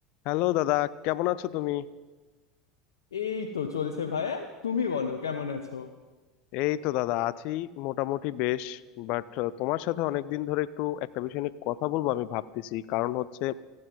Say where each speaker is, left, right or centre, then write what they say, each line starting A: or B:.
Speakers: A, on the left; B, on the left.
A: Hello দাদা কেমন আছো তুমি
B: এই তো চলছে ভাইয়া তুমি বলো কেমন আছো
A: এই তো দাদা আছি মোটামুটি বেশ বাট তোমার সাথে অনেকদিন ধরে একটু একটা বিষয় নিয়ে কথা বলবো আমি ভাবতেছি কারণ হচ্ছে